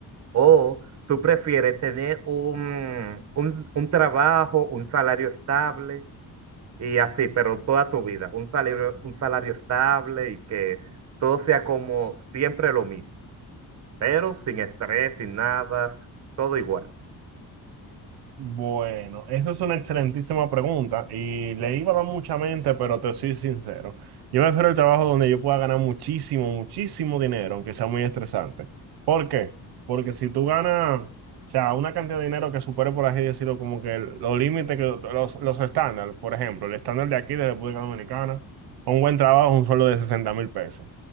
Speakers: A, on the right; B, on the right.
A: O tú prefieres tener un, un un trabajo, un salario estable y así, pero toda tu vida, un salario, un salario estable y que todo sea como siempre lo mismo, pero sin estrés, sin nada, todo igual.
B: Bueno, esa es una excelentísima pregunta y le iba a dar mucha mente, pero te soy sincero. Yo prefiero el trabajo donde yo pueda ganar muchísimo, muchísimo dinero, aunque sea muy estresante. ¿Por qué? Porque si tú ganas, o sea, una cantidad de dinero que supere, por así decirlo, como que el- los límites, que los, los estándares, por ejemplo, el estándar de aquí de República Dominicana, un buen trabajo, un sueldo de sesenta mil pesos.